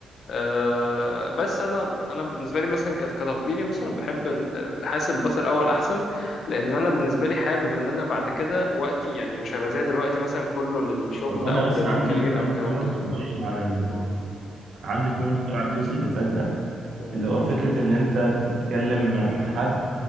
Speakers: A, on the left; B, on the right.
A: آه، بس انا انا بالنسبه لي مثلا كت- كتفضيلي مثلا بحب ال- حاسس الباث الاول احسن لان انا بالنسبه لي حابب ان انا بعد كده وقتي يعني مش هيبقى زي دلوقتي مثلا كله للشغل
B: هو
A: او
B: انا بس
A: للكارير
B: عندي عندي
A: او الكلام
B: كومنت
A: ده
B: صغير على ال...
A: هو-
B: عندي كومنت على الجزء اللي فات ده
A: مم.
B: اللي هو فكرة ان انت تتكلم مع مع حد